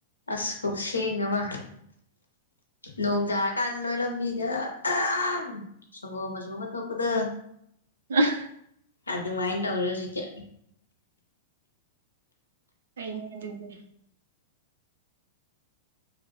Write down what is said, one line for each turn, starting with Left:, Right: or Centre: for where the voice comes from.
Left: ꯑꯁ ꯀꯧꯁꯦꯡ ꯑꯃ ꯅꯣꯡ ꯇꯥꯔꯀꯥꯟ ꯅꯣꯏ ꯂꯝꯕꯤꯗꯣ ꯑꯥ ꯑꯍꯝ ꯍꯝ ꯁꯪꯒꯣꯝ ꯃꯆꯨ ꯑꯃ ꯊꯣꯛꯄꯗꯣ
Right: <unintelligible>
Left: ꯑꯗꯨꯃꯥꯏ ꯇꯧꯔꯦ ꯍꯧꯖꯤꯛꯇꯤ
Right: ꯐꯩꯅꯦ ꯑꯗꯨꯗꯤ